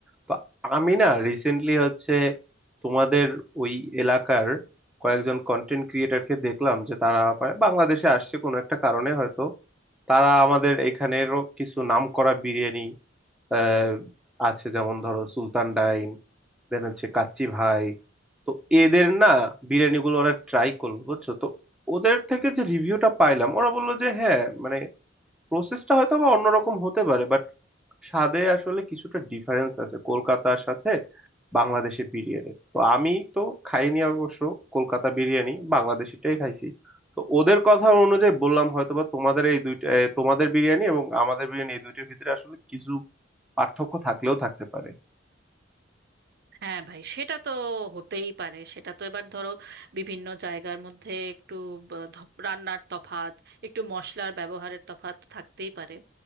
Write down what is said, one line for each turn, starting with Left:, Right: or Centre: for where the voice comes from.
Centre: তো আমি না রিসেন্টলি হচ্ছে তোমাদের ওই এলাকার কয়েকজন কন্টেন্ট ক্রিয়েটারকে দেখলাম যে তারা বা- বাংলাদেশে আসছে কোনো একটা কারণে হয়তো তারা আমাদের এখানেরও কিছু নামকরা বিরিয়ানি আহ আছে যেমন ধরো সুলতান ডাইন দেন হচ্ছে কাচ্চি ভাই তো এদের না বিরিয়ানিগুলো ওরা ট্রাই করলো বুঝছো তো ওদের থেকে যে রিভিউটা পাইলাম ওরা বললো যে হ্যাঁ মানে প্রসেসটা হয়তো বা অন্যরকম হতে পারে বাট স্বাদে আসলে কিছুটা ডিফারেন্স আছে কলকাতার সাথে বাংলাদেশি বিরিয়ানি তো আমি তো খাইনি অবশ্য কলকাতা বিরিয়ানি বাংলাদেশিটাই খাইছি তো ওদের কথা অনুযায়ী বললাম হয়তোবা তোমাদের এই দুইটা এ, তোমাদের বিরিয়ানি এবং আমাদের বিরিয়ানি এই দুইটার ভিতরে আসলে কিছু পার্থক্য থাকলেও থাকতে পারে
Right: হ্যাঁ ভাই সেটা তো হতেই পারে সেটা তো এবার ধরো বিভিন্ন জায়গার মধ্যে একটু ব- ধ- রান্নার তফাৎ একটু মশলার ব্যবহারের তফাৎ থাকতেই পারে